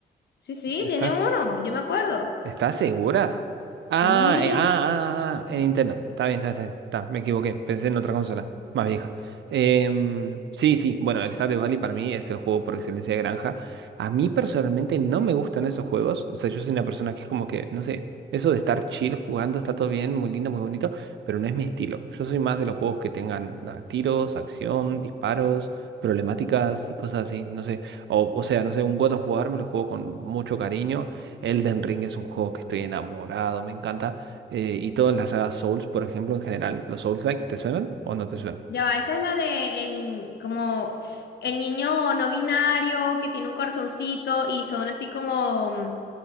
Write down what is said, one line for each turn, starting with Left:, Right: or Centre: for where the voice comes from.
Left: sí, sí, tiene
Right: Estás
Left: uno, yo me acuerdo.
Right: ¿Estás segura? Ah,
Left: Sí.
Right: eh, ah, ah, ah, ah, en Nintendo. Está bien, está, está bien. Está, me equivoqué. Pensé en otra consola, más vieja. Em, sí, sí. Bueno, el Stardew Valley para mí es el juego por excelencia de granja. A mí personalmente no me gustan esos juegos. O sea, yo soy una persona que es como que, no sé, eso de estar chill jugando está todo bien, muy lindo, muy bonito, pero no es mi estilo. Yo soy más de los juegos que tengan ah, tiros, acción, disparos, problemáticas y cosas así. No sé. O, o sea, no sé, un God of War me lo juego con mucho cariño. Elden Ring es un juego que estoy enamorado, me encanta. eh, y todas las sagas Souls, por ejemplo, en general, ¿los Souls-like te suenan o no te suenan?
Left: Ya va, esa es la de el, como el niño no binario que tiene un corazoncito y son así como, mm,